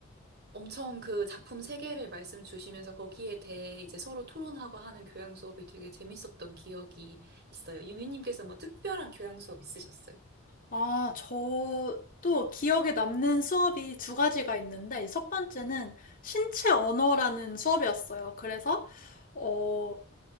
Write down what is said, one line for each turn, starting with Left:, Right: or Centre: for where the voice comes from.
Right: 엄청 그 작품 세계를 말씀 주시면서 거기에 대해 이제 서로 토론하고 하는 교양 수업이 되게 재밌었던 기억이 있어요. 유미님께서 뭐 특별한 교양 수업 있으셨어요?
Left: 아, 저도 기억에 남는 수업이 두 가지가 있는데, 첫 번째는 신체 언어라는 수업이었어요. 그래서, 어,